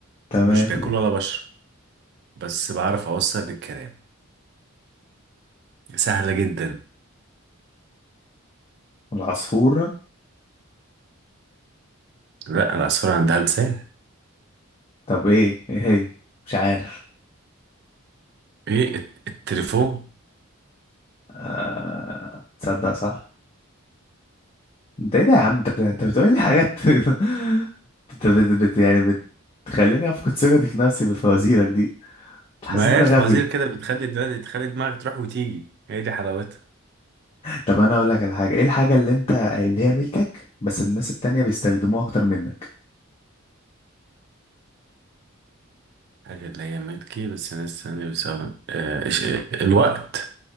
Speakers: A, on the left; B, on the right.
A: تمام
B: ومش باكل ولا بشرب بس بعرف اوصل الكلام سهلة جدا
A: العصفور
B: لا العصفورة عندها لسان
A: طب ايه ايه هي مش عارف
B: ايه الت- التليفون
A: آه... تصدق صح انت ايه ده يا عم انت بت... انت بتقول لي حاجات <laughs> انت بت... بت... يعني بتخليني افقد ثقتي في نفسي بفوازيرك دي حاسس
B: ما
A: ان انا
B: هي الفوازير
A: غبي
B: كده بتخلي دلوقتي تخلي دماغك تروح وتيجي هي دي حلاوتها
A: طب انا اقول لك على حاجه ايه الحاجه اللي انت اللي هي ملكك بس الناس التانية بيستخدموها اكتر منك
B: حاجة اللي هي ملكي بس ناس تانية بتستخدم آه إيش- آه، الوقت